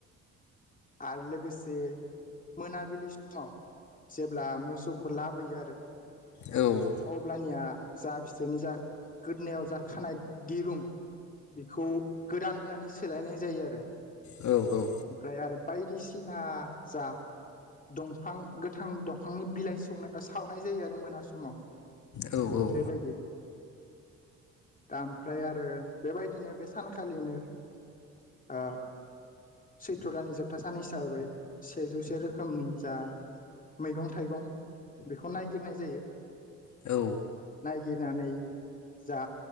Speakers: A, on the left; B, on the left.
A: आरो लोगोसे मोनाबिलि समाव जेब्ला मोसौखौ लाबोयो आरो
B: औ
A: अब्लानिया जा बिसोरनि जा गोदोनाव जा खानाय दिरुं बेखौ गोदान होनानै सेलायनाय जायो आरो
B: औ औ
A: ओमफ्राय आरो बायदिसिना जा दंफां गोथां दंफांनि बिलाइ सौनाय सावनाय जायो आरो मोना समाव
B: औ औ
A: बेबायदि दा ओमफ्राय आरो बेबायदिनो बे सानखालिनो ओ सैथ्र दाननि जोबथा सान हिसाबै सेजौसे रोखो रोखोमनि जा मैगं थाइगं बेखौ नायगिरनाय जायो
B: औ
A: नागिरनानै जा